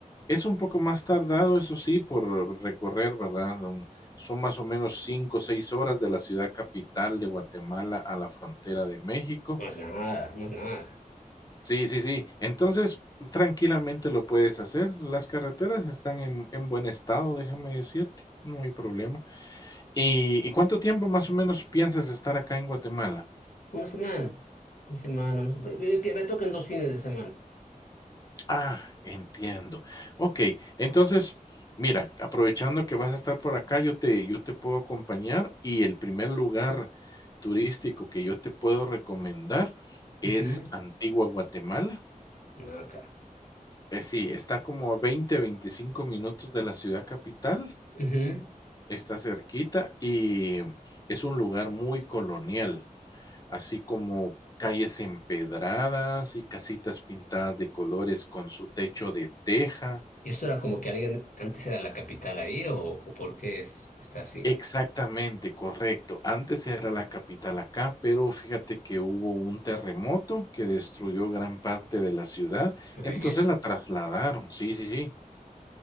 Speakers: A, on the left; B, on the left.
A: es un poco más tardado, eso sí, por recorrer, ¿verdad? Un- Son más o menos 5, o 6 horas de la ciudad capital de Guatemala a la frontera de México.
B: No es nada, no es nada.
A: Sí, sí, sí. Entonces, tranquilamente lo puedes hacer. Las carreteras están en, en buen estado, déjame decirte. No hay problema. ¿Y, y cuánto tiempo más o menos piensas estar acá en Guatemala?
B: Una semana, una semana, más- ve- ve- que me toquen dos fines de semana.
A: Ah, entiendo. Ok, entonces, mira, aprovechando que vas a estar por acá, yo te, yo te puedo acompañar y el primer lugar turístico que yo te puedo recomendar es
B: Ujú.
A: Antigua Guatemala.
B: No, claro.
A: Eh, sí, está como a 20, 25 minutos de la ciudad capital,
B: Ujú.
A: está cerquita y es un lugar muy colonial, así como calles empedradas y casitas pintadas de colores con su techo de teja.
B: ¿Y esto era como que alguien antes era la capital ahí o, o por qué es, está así?
A: Exactamente, correcto. Antes era la capital acá, pero fíjate que hubo un terremoto que destruyó gran parte de la ciudad,
B: ¿No veis?
A: entonces la trasladaron. Sí, sí, sí.